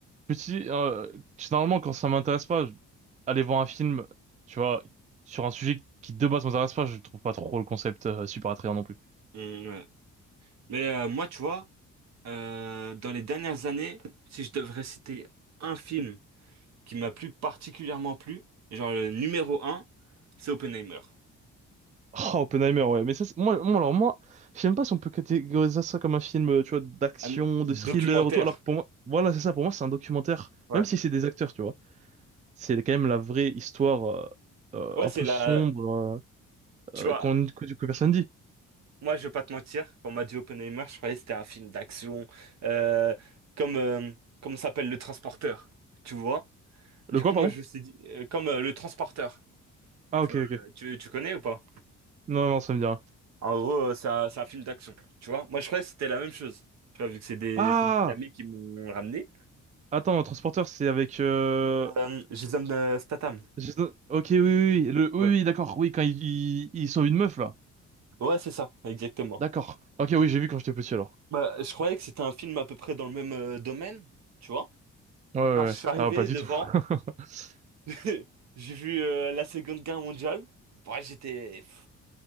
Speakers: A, on the right (about 25°); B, on the right (about 60°).
A: puis si, euh, généralement, quand ça m'intéresse pas, je- aller voir un film, tu vois, sur un sujet qui de base m'intéresse pas, je trouve pas trop le concept euh, super attrayant non plus.
B: Mm, ouais. Mais euh, moi, tu vois, euh, dans les dernières années, si je devrais citer un film qui m'a plus particulièrement plu, genre le numéro un, c'est Oppenheimer.
A: Oh, Oppenheimer, ouais. Mais ça, c'est- moi, moi, alors moi, je sais même pas si on peut catégoriser ça comme un film, euh, tu vois, d'action,
B: Un documentaire.
A: de thriller ou tout. Alors que pour moi, voilà, c'est ça. Pour moi, c'est un documentaire,
B: Ouais.
A: même si c'est des acteurs, tu vois. C'est quand même la vraie histoire euh, euh,
B: Ouais,
A: un
B: c'est
A: peu
B: la,
A: sombre
B: tu
A: euh,
B: vois.
A: euh, qu'on, que, que personne dit.
B: Moi, je vais pas te mentir, quand on m'a dit Oppenheimer, je croyais que c'était un film d'action, euh, comme, euh, comme s'appelle Le Transporteur, tu vois?
A: Le
B: Du
A: quoi,
B: coup,
A: pardon?
B: moi, je me suis dit, euh, comme euh, Le Transporteur,
A: Ah,
B: tu
A: ok,
B: vois,
A: ok.
B: euh, tu, tu connais ou pas?
A: Non, non, ça me dit rien.
B: En gros, euh, c'est un, c'est un film d'action, tu vois? Moi, je croyais que c'était la même chose, tu vois, vu que c'est des,
A: Ah!
B: c'est des amis qui m'ont ramené.
A: Attends, un transporteur, c'est avec. Euh...
B: Euh, Jason euh, Statham.
A: Jason- Ok, oui, oui, oui, le... oui,
B: Ouais,
A: oui, d'accord. Oui, quand ils ils ils sauvent une meuf, là.
B: ouais, c'est ça, exactement.
A: D'accord. Ok, oui, j'ai vu quand j'étais petit, alors.
B: Bah, je croyais que c'était un film à peu près dans le même euh, domaine, tu vois?
A: Ouais, ouais,
B: Quand je
A: ouais.
B: suis arrivé
A: Ah, pas du
B: devant,
A: tout. <laughs>
B: <laughs> J'ai vu euh, la Seconde Guerre mondiale. Bah, j'étais, pff,